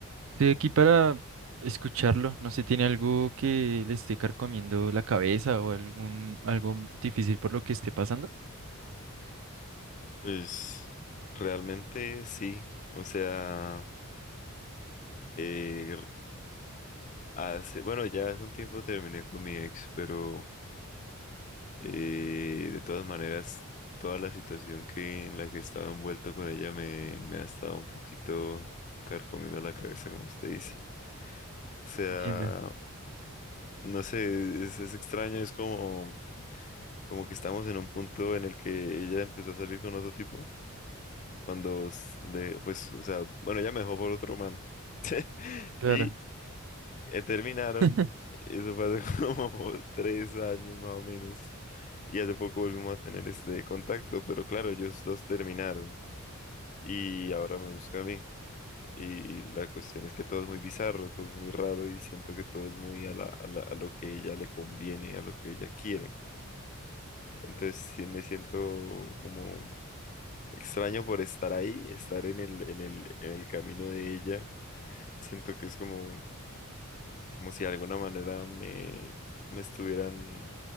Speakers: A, on the right; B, on the left.
A: Estoy aquí para escucharlo. No sé, ¿tiene algo que le esté carcomiendo la cabeza o algún algo difícil por lo que esté pasando?
B: Pues realmente sí, o sea, eh, hace, bueno, ya hace un tiempo terminé con mi ex, pero eh, de todas maneras, toda la situación que en la que estaba envuelto con ella me, me ha estado un poquito carcomiendo la cabeza, como usted dice. O sea,
A: Entiendo.
B: no sé, es, es extraño, es como, como que estamos en un punto en el que ella empezó a salir con otro tipo, cuando, s- de, pues, o sea, bueno, ella me dejó por otro man. <laughs>
A: Claro,
B: y Eh, terminaron.
A: <laughs>
B: Eso fue hace <laughs> como tres años más o menos. Y hace poco volvimos a tener este contacto, pero claro, ellos dos terminaron y ahora me busca a mí. Y la cuestión es que todo es muy bizarro, todo es muy raro y siento que todo es muy a la, a la- a lo que ella le conviene, a lo que ella quiere. Entonces sí me siento como extraño por estar ahí, estar en el, en el, en el camino de ella. Siento que es como como si de alguna manera me, me estuvieran